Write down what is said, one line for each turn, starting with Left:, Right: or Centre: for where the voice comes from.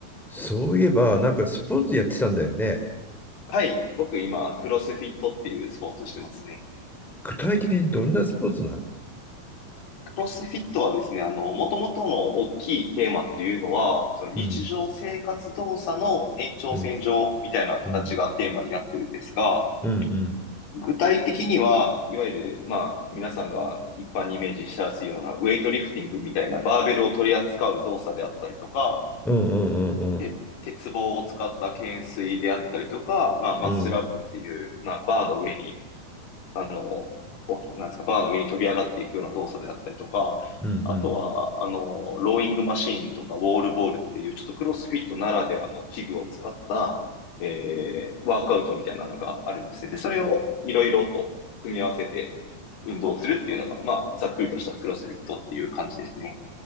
Centre: そういえば、なんかスポーツやってたんだよね。
Left: はい。僕今、クロスフィットっていうスポーツしてますね。
Centre: 具体的にどんなスポーツなの
Left: クロスフィットはですね、あの、もともとの大きいテーマっていうのは、その日常生活動作の延長線上みたいな形がテーマになってるんですが、
Centre: うん、うん、うん、うん、うん、
Left: 具体的には、いわゆる、まあ、皆さんが一般にイメージしやすいようなウェイトリフティングみたいなバーベルを取り扱う動作であったりとか、
Centre: うん、うん、うん、
Left: て鉄棒を使った懸垂であったりとか、まあ、マッスルアップっていう、
Centre: うん、
Left: まあ、バーの上にあの、おなんですか、バーの上に飛び上がっていくような動作であったりとか、
Centre: うん、
Left: あとは、
Centre: うん。
Left: あの、ローイングマシーンとか、ウォールボールっていう、ちょっとクロスフィットならではの器具を使った、えー、ワークアウトみたいなのがあるんですね。で、それをいろいろと組み合わせて運動するっていうのが、まあ、ざっくりとしたクロスフィットっていう感じですね。